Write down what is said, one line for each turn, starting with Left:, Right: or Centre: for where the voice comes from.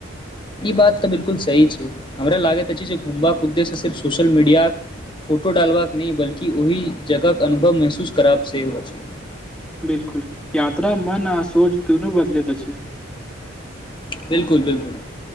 Left: ई बात तऽ बिलकुल सही छै हमरा लागैत अछि जे घुमबाक उद्देश्य सिर्फ सोशल मीडियाक। फोटो डालबाक नहि बल्कि ओहि जगह के अनुभव महसूस करब सेहो अछि।
Centre: बिलकुल यात्रा मन आ सोच दुनू बदले त छी।
Left: बिलकुल बिलकुल